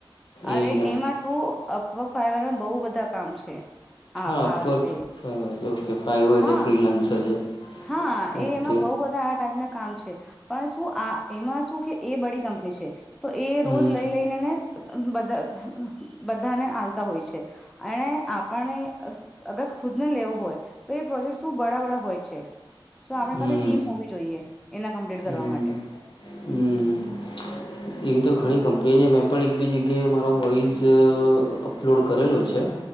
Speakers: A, in the centre; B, on the left.
A: અરે
B: એઆઈના
A: એમાં શું અવગ ફવાના બહુ બધા કામ છે આ
B: હા
A: આ
B: ફોર
A: રીતે
B: ફ છે ઓકે ફાઈવર
A: હા
B: છે ફ્રીલાન્સર છે
A: હા એ
B: ઓકે
A: એમાં બઉ બધા આ ટાઈપ ના કામ છે પણ શું આ એમાં શું કે એ બડી કંપની છે તો એ
B: હમ
A: રોજ લઈ લઈને ને બધા બધાને આલતા હોય છે. એને આપને અગર ખુદ ને લેવો હોય તો એ પ્રોજેક્ટ શું બડાબળા હોય. આપણી
B: હમ
A: પાસે ટીમ હોવી જોઈએ એના કમ્પ્લેટ કરવા
B: હમ
A: માટે.
B: <inaudible> એવી તો ઘણી કંપની છે. મેં પણ એક બી જગ્યાએ મારો વોઈઝ અપલોડ કરેલો છે.